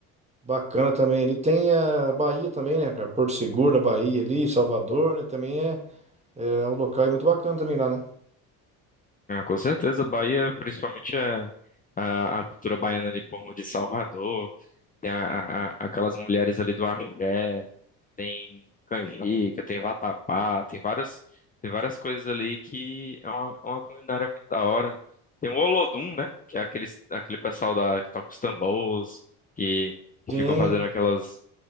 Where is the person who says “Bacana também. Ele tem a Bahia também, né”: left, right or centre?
Right